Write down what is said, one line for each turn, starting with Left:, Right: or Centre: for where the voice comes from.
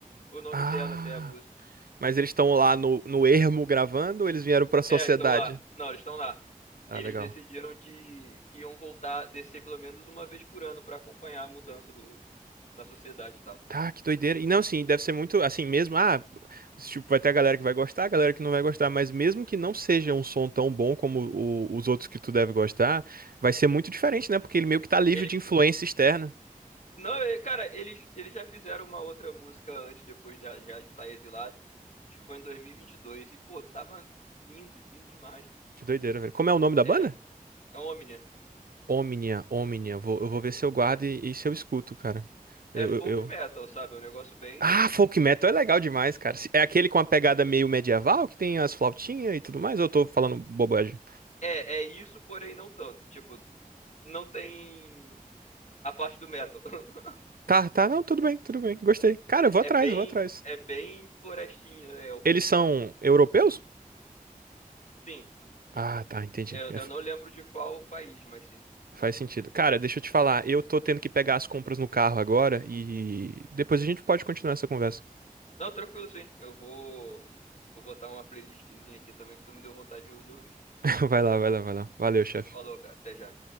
Left: o nome
Right: Ah.
Left: dela até a música.
Right: Mas eles estão lá no, no ermo gravando ou eles vieram pra sociedade?
Left: É, estão lá. Não, eles estão lá.
Right: Ah,
Left: Eles
Right: legal.
Left: decidiram que, que iam voltar, descer pelo menos uma vez por ano para acompanhar a mudança do, na sociedade e tal.
Right: Tá, que doideira. E não, assim, deve ser muito assim mesmo. Ah, tipo, vai ter a galera que vai gostar, a galera que não vai gostar, mas mesmo que não seja um som tão bom como o- os outros que tu deve gostar, vai ser muito diferente, né? Porque ele meio que tá livre
Left: Eles,
Right: de influência externa.
Left: não, é, cara, eles, eles já fizeram uma outra música antes, depois da- já de estar exilado que foi em 2022. E, vinte e dois. E, pô, tava lindo, lindo demais.
Right: Que doideira, velho. Como é o nome da
Left: É,
Right: banda?
Left: é Omnia.
Right: Omnia, Omnia. Vou, eu vou ver se eu guardo
Left: É,
Right: e, e se eu escuto, cara. Eu,
Left: é folk
Right: eu, eu-
Left: metal, sabe? É um negócio bem.
Right: Ah, folk metal é legal demais, cara. Se- É aquele com a pegada meio medieval que tem as flautinhas e tudo mais, ou eu tô falando bobagem?
Left: É, é isso, porém não tanto. Tipo, não tem a parte do metal. <laughs>
Right: Tá, tá, não, tudo bem, tudo bem. Gostei. Cara, eu vou atrás,
Left: É bem,
Right: eu vou atrás.
Left: é bem florestinha, é elfo,
Right: Eles são
Left: sabe?
Right: europeus?
Left: Sim,
Right: Ah, tá, entendi.
Left: eu,
Right: É,
Left: eu
Right: fa-
Left: não lembro de qual país, mas sim.
Right: faz sentido. Cara, deixa eu te falar, eu tô tendo que pegar as compras no carro agora e depois a gente pode continuar essa conversa.
Left: Não, tranquilo, sim. Eu vou, vou botar uma playlistzinha aqui também que tu me deu vontade de de ouvir.
Right: <laughs> Vai lá, vai lá, vai lá. Valeu, chefe.
Left: Falou, cara. Até já.